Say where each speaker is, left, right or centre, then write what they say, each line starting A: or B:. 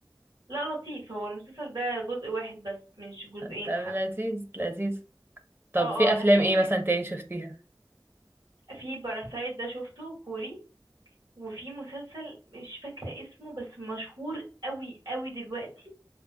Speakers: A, on the right (about 70°); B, on the right (about 25°).
A: لا لطيف هو المسلسل ده جزء واحد بس مش جزئين
B: طب لذيذ
A: حتى
B: لذيذ طب
A: اه اه
B: في افلام
A: هتلاقي
B: ايه مثلا تاني شفتيها
A: في باراسايت ده شفته كوري وفي مسلسل مش فاكرة اسمه بس مشهور قوي قوي دلوقتي